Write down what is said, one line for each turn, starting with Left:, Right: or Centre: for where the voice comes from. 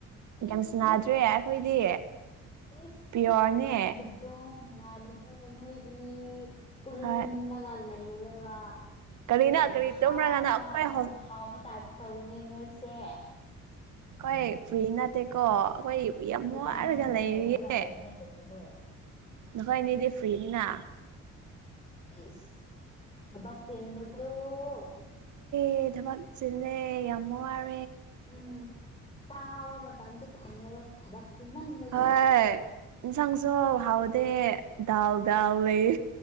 Left: ꯏꯁ
Right: ꯌꯥꯝꯁꯨ ꯅꯥꯗ꯭ꯔꯦ ꯑꯩꯈꯣꯏꯗꯤ
Left: ꯏꯁ
Right: ꯄꯤꯌꯣꯔꯅꯦ
Left: ꯅꯨꯡꯉꯥꯏꯣ ꯅꯨꯡꯉꯥꯏꯣ ꯅꯅꯨꯡꯣꯏꯔꯤ ꯄꯨꯜꯂꯒ
Right: ꯍꯣꯏ
Left: ꯂꯩꯂꯒ
Right: ꯀꯔꯤꯅ
Left: ꯌꯥꯝ
Right: ꯀꯔꯤ
Left: ꯐꯥꯎꯕ
Right: ꯇꯨꯝꯔꯒꯅ ꯑꯩꯈꯣꯏ
Left: ꯌꯥꯝ ꯐꯥꯎꯕ ꯇꯥꯏꯕ ꯇꯧꯋꯅꯦ ꯅꯣꯏꯁꯦ
Right: ꯑꯩꯣꯏ ꯐ꯭ꯔꯤ ꯅꯠꯇꯦꯀꯣ ꯑꯩꯈꯣꯏ ꯌꯥꯝ
Left: ꯏꯕꯥꯅꯤꯁꯨ
Right: ꯋꯥꯔꯒ ꯂꯩꯔꯤꯌꯦ
Left: ꯅꯩꯔꯒ ꯂꯩꯕꯅꯦ ꯀꯔꯤꯅꯣ
Right: ꯅꯉꯣꯏ ꯏꯅꯦꯗꯤ ꯐ꯭ꯔꯤꯅꯤꯅ
Left: ꯌꯦꯁ ꯊꯕꯥꯛ ꯆꯕꯗꯨꯣ
Right: ꯑꯦ ꯊꯃ ꯆꯅꯦ ꯑꯃ ꯑꯃꯔ
Left: ꯎꯝ ꯆꯥꯕ ꯃꯇꯝꯁꯨꯦ ꯐꯪꯉꯔꯣꯏ ꯊꯕꯛ ꯆꯤꯟꯃꯟꯕꯒꯤ
Right: ꯍꯣꯏ ꯏꯁꯪꯁꯨꯣ ꯍꯥꯎꯗꯦ ꯗꯥꯎ ꯗꯥꯎ ꯂꯩꯌꯦ